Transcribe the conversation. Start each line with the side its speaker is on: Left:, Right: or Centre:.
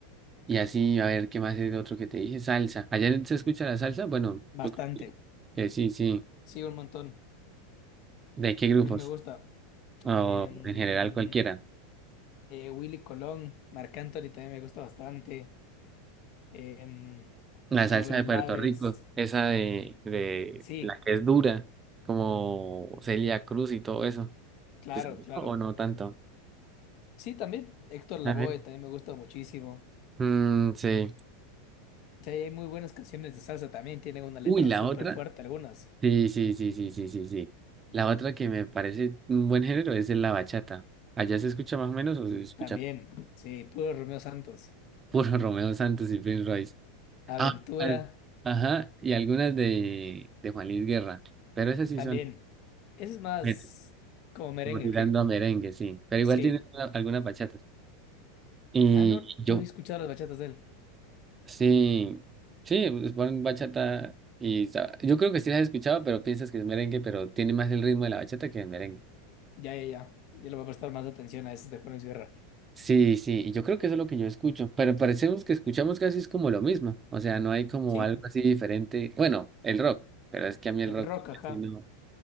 Right: Y así, a ver, ¿qué más es otro que te dije? Salsa. ¿Ayer se escucha la salsa? Bueno,
Left: Bastante.
Right: yo creo que que sí, sí.
Left: Sí, un montón.
Right: ¿De qué grupos?
Left: También me gusta.
Right: O
Left: Em,
Right: en general cualquiera.
Left: eh, Willy Colón, Marc Anthony también me gusta bastante. Em,
Right: La
Left: Rubén
Right: salsa de
Left: Blades,
Right: Puerto Rico, esa de, de
Left: sí,
Right: la que es dura, como Celia Cruz y todo eso.
Left: claro,
Right: ¿Se escucha
Left: claro.
Right: o no tanto?
Left: Sí, también Héctor Lavoe
Right: A ver.
Left: también me gusta muchísimo.
Right: Mm, sí.
Left: Sí, hay muy buenas canciones de salsa también, tienen una letra
Right: Uy, la
Left: súper
Right: otra.
Left: fuerte algunas.
Right: Sí, sí, sí, sí, sí, sí, sí. La otra que me parece un buen género es la bachata. ¿Allá se escucha más o menos o se escucha
Left: También, sí, puro Romeo Santos.
Right: puro <laughs> Romeo Santos y Prince Royce?
Left: Aventura,
Right: Ah, ah, ajá, y algunas de, de Juan Luis Guerra. Pero esas sí
Left: también.
Right: son
Left: Ese es más
Right: bueno,
Left: como merengue,
Right: como tirando
Left: ¿qué?
Right: a merengue, sí. Pero
Left: Sí.
Right: igual tienen una- algunas bachatas. Y
Left: Ah, no,
Right: yo,
Left: no había escuchado las bachatas de él.
Right: sí, sí, pues ponen bachata y sa- yo creo que sí las has escuchado, pero piensas que es merengue, pero tiene más el ritmo de la bachata que el merengue.
Left: Ya, ya, ya. Ya le voy a prestar más atención a esas de Juan Luis Guerra.
Right: Sí, sí, y yo creo que eso es lo que yo escucho, pero parecemos que escuchamos casi es como lo mismo, o sea, no hay como
Left: Sí,
Right: algo así diferente, bueno, el rock, pero es que a mí el
Left: el
Right: rock
Left: rock, ajá.
Right: sí no,